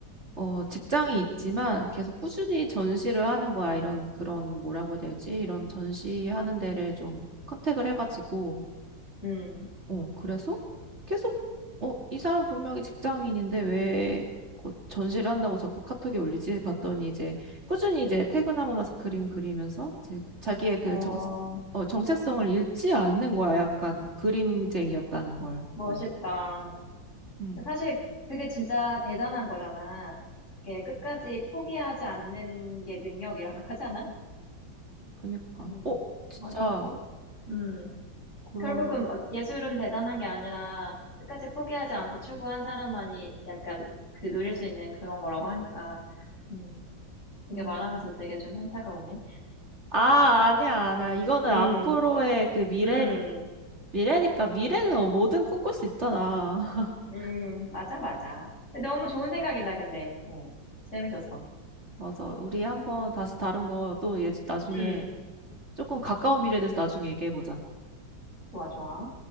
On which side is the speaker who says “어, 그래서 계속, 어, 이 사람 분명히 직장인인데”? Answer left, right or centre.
Right